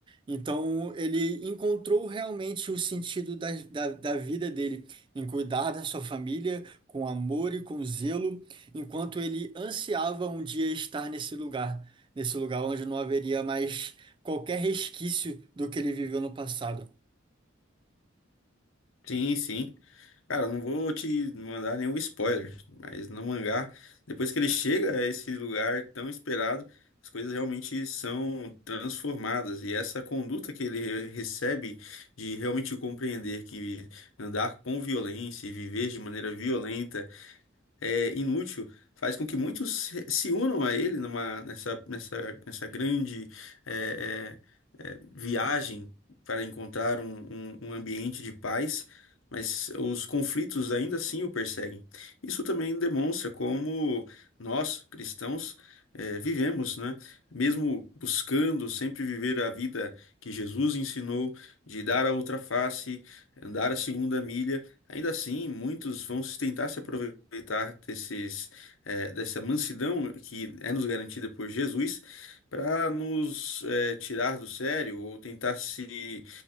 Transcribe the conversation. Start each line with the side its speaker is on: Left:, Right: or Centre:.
Right: Então ele encontrou realmente o sentido da, da, da vida dele em cuidar da sua família com amor e com zelo, enquanto ele ansiava um dia estar nesse lugar, nesse lugar onde não haveria mais qualquer resquício do que ele viveu no passado.
Left: Sim, sim. Cara, não vou te mandar nenhum spoiler, mas no mangá, depois que ele chega a esse lugar tão esperado, as coisas realmente são transformadas. E essa conduta que ele re- recebe de realmente compreender que andar com violência e viver de maneira violenta é, inútil faz com que muitos se se unam a ele numa, nessa, nessa, nessa grande é, é, é, viagem para encontrar um, um, um ambiente de paz, mas os conflitos ainda assim o perseguem. Isso também demonstra como nós, cristãos, é, vivemos, né? Mesmo buscando sempre viver a vida que Jesus ensinou, de dar a outra face, andar a segunda milha. Ainda assim, muitos vão se- tentar se aproveitar desses, eh, dessa mansidão que é nos garantida por Jesus para nos eh, tirar do sério ou tentar se